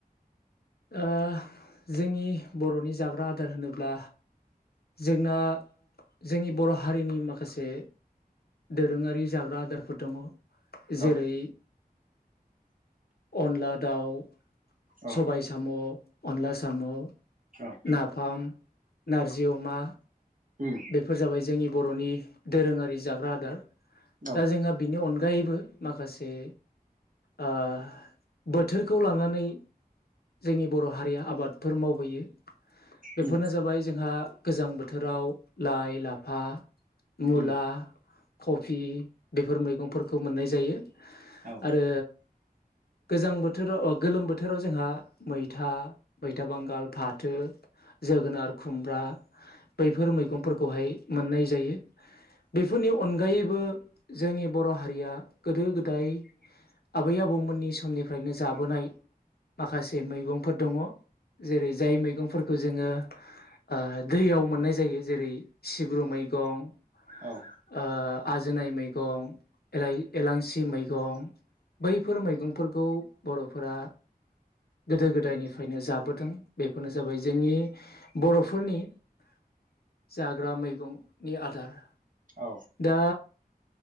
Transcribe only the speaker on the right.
औ
औ
औ
उम
औ
उम
औ
औ
औ
औ